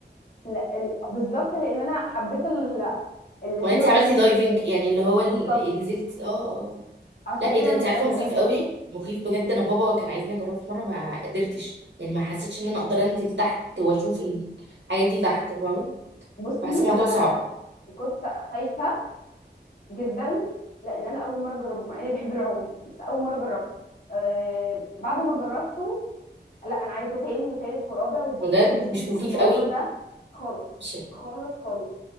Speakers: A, on the left (about 55°); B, on the right (about 85°).
A: لا بالظبط لان انا حبيت ال- السنوركلينج
B: وانت عملتي دايفنج
A: اللي هناك
B: يعني اللي هو
A: بالظبط
B: ال- نزلت اه اه
A: عشان
B: لا
A: كده
B: ايه ده انت
A: انا بحب
B: عارفه مخيف قوي مخيف بجد انا بابا كان عايزني اجربه في مره ما قدرتش يعني ما حسيتش ان انا اقدر انزل تحت واشوف الحاجات دي تحت فاهمه
A: بصي
B: بحس الموضوع
A: انا
B: صعب
A: كنت خايفه جدا لان انا اول مره اجربه مع اني بحب العوم بس اول مره جربته آه بعد ما جربته لا انا عايزه تاني وتالت ورابع واتبسطت
B: بجد
A: جدا
B: مش مخيف
A: في الموضوع
B: قوي
A: ده خالص
B: مش
A: خالص خالص